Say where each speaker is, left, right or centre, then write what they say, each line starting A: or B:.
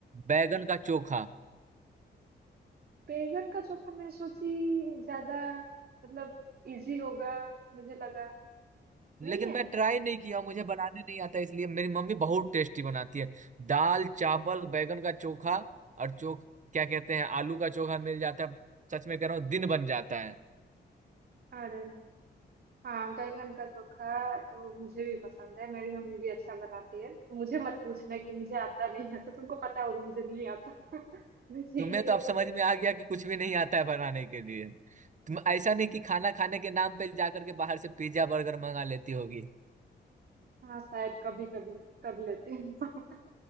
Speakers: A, on the right; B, on the right.
A: बैगन का चोखा
B: बैगन का चोखा मैं सोची ज्यादा मतलब इजी होगा मुझे लगा
A: लेकिन
B: नहीं है
A: मैं ट्राई नहीं किया मुझे बनाने नहीं आता इसलिए मेरी मम्मी बहुत टेस्टी बनाती है दाल चावल बैगन का चोखा और चोख क्या कहते हैं आलू का चोखा मिल जाता है सच में कह रहा हूँ दिन बन जाता है
B: अरे हाँ बैगन का चोखा तो मुझे भी पसंद है मेरी मम्मी भी अच्छा बनाती है तो मुझे मत पूछना कि मुझे आता नहीं आता तुमको पता होगा मुझे नहीं आता <laughs> मैं सीखने
A: तो मैं
B: का
A: तो अब
B: बहुत
A: समझ में आ गया कि कुछ भी नहीं आता है बनाने के लिए तुम ऐसा नहीं कि खाना खाने के नाम पे जाकर के बाहर से पिज्जा बर्गर मंगा लेती होगी
B: हाँ शायद कभी कभी कर लेती हूँ <laughs>